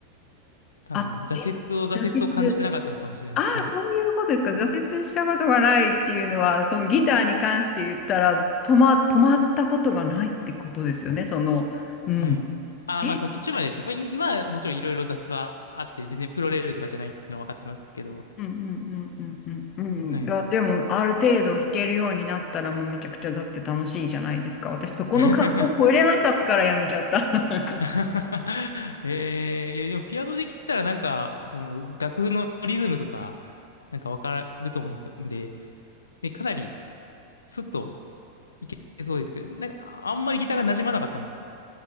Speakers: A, on the left; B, on the left.
A: 多分挫折を挫折と感じてなかったのかもしれないです。
B: あ、え、挫折。ああ、
A: はい。
B: そういうことですか。挫折したことがないっていうのは、そのギターに関して言ったら、止ま、止まったことがないってことですよね。その、うん。
A: はい。ああ、
B: え
A: まあその途中までですね。まあい今はもちろんいろいろ挫折はあって、全然プロレベルとかじゃないっていうのは分かってますけど、
B: うんうんうんうんうんうん。
A: はい。
B: いや、でも、ある程度弾けるようになったら、もうめちゃくちゃだって楽しいじゃないですか。私、そこの壁を越えれなかったからやめちゃった。
A: <laughs>
B: <laughs>
A: <laughs> えー、でもピアノできてたらなんか、その楽譜のリズムとか、なんかわかると思うんで、ね、かなりスッといけそうですけど、なんかああんまりギターが馴染まなかったんですね。